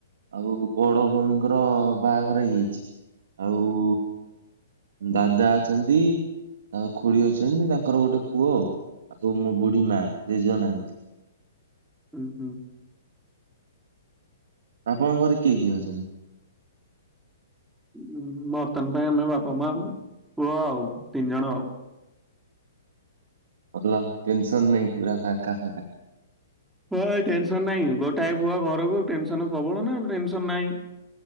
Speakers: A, on the right; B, in the centre.
A: ଆଉ ବଡ ଭଉଣୀଙ୍କର ବାହାଘର ହେଇଯାଇଛି। ଆଉ ଦାଦା ଅଛନ୍ତି। ଆ ଖୁଡି ଅଛନ୍ତି, ତାଙ୍କର ଗୋଟେ ପୁଅ ଆଉ, ଆଉ ମୋ ବୁଢୀ ମା ଜେଜେ ଅ ନାହାନ୍ତି।
B: ଉଁ ହୁଁ
A: ଆପଣଙ୍କ ଘରେ କିଏ କିଏ ଅଛନ୍ତି?
B: ଉଁ, ବର୍ତ୍ତମାନ ପାଇଁ ଆମେ ବାପା, ମା, ପୁଅ, ଆଉ ତିନି ଜଣ, ଆଉ
A: ଭଲ ଟେନସନ ନାହିଁ ପୁରା ଫାଙ୍କା ଫାଙ୍କା।
B: ହଁ ଭାଇ ଟେନସନ ନାହିଁ। ଗୋଟାଏ ପୁଅ ଘରକୁ ଟେନସନ ପ୍ରବଳ ନା ଟେନସନ ନାହିଁ।